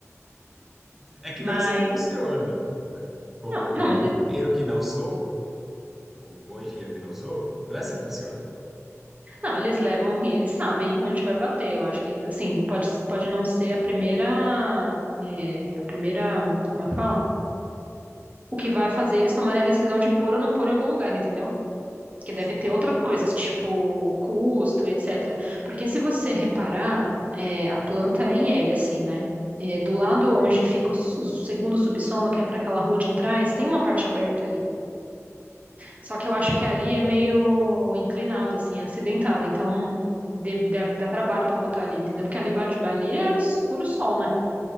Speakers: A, in the centre; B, on the right.
A: É que
B: Mas.
A: não é assim que funciona. né? Como
B: Não, não,
A: o
B: mas eles
A: engenheiro que não sou, como um bom engenheiro que não sou, não é assim que funciona.
B: não, eles levam, eles sabem onde vai bater. Eu acho que, ele- assim, pode, pode não ser a primeira. é, a primeira. Como é que fala? O que vai fazer eles tomarem a decisão de pôr ou não pôr em algum lugar, entendeu? que deve
A: Sim.
B: ter outras coisas, tipo custo, etc. Porque se você reparar, é, a planta é em L, assim, né? É, do lado onde
A: Sim,
B: fica o, s- o segundo subsolo, que é para aquela rua de trás, tem uma parte aberta ali. Só que eu acho que ali é meio inclinado, assim, acidentado. Então de- deve dar trabalho para botar ali, entendeu? Porque ali bate, ali é s- puro sol, né?